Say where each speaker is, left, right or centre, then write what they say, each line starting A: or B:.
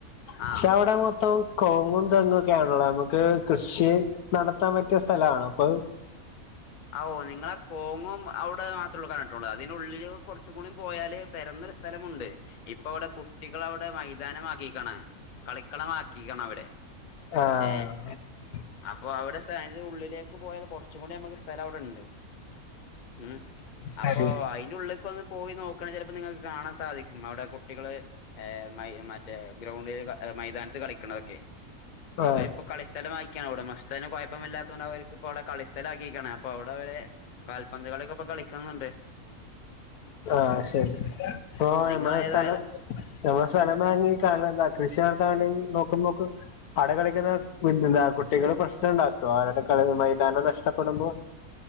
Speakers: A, on the left (about 80°); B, on the left (about 40°).
A: പക്ഷെ
B: ആഹ്
A: അവിടെ മൊത്തം കോ ഇതങ്ങൊക്കെയാണല്ലോ നമുക്ക് കൃഷി നടത്താൻ പറ്റിയ സ്ഥലാണ് അപ്പൊ
B: ഓ നിങ്ങളെ കോങ്ങും അവിടെ <unintelligible> അതിന് ഉള്ളിൽ കുറച്ച കൂടി പോയാല് പെരുന്നൊ സ്ഥലമുണ്ട്. ഇപ്പ അവിടെ കുട്ടികള അവിടെ മൈതാനമാക്കിക്കാണ് കളിക്കളമാക്കിക്കണ അവിടെ
A: ആഹ
B: ഏ അപ്പൊ അവരുടെ ഉള്ളിലേക്ക് പോയാൽ കുറച്ചും കൂടി നമ്മുക്ക് അവിടുണ്ട് ഉ
A: ശരി
B: അപ്പോ അയിന്റെ ഉള്ളിലേക്കന്ന് പോയി നോ ചിലപ്പോ നിങ്ങൾക്ക് കാണാൻ സാധിക്കും അവിടെ കുട്ടികള് മ മറ്റേ ഗ്രൗണ്ടില് മൈതാനത്ത് കളിക്കണതൊക്കെ
A: ആ
B: അവരിപ്പൊ കളിസ്ഥലം ആക്കിയാണ് ഉടമസ്ഥത്തിന് കുഴപ്പമ ഇല്ലാത്ത അവർക്ക് ഇപ്പോ അവിടെ കളിസ്ഥല ആക്കിയിരിക്കണ അപ്പൊ അവിടെ അവര് കാൽപന്ത കളി ഇപ്പൊ കളിക്കുന്നുണ്ട്.
A: ആഹ ശരി
B: നിങ്ങളേതായാലും
A: ഇ മ്മള സ്ഥലം നമ്മ സ്ഥലം വാങ്ങി കാന എന്താ കൃഷി നടത്താണ്ട നോക്കുമ്പോക്ക് അട കളിക്കുന്ന എന്താ കുട്ടികൾ പ്രശ്നം ഉണ്ടാക്കും ആരുടെ മൈതാനം നഷ്ടപ്പെടുമ്പോ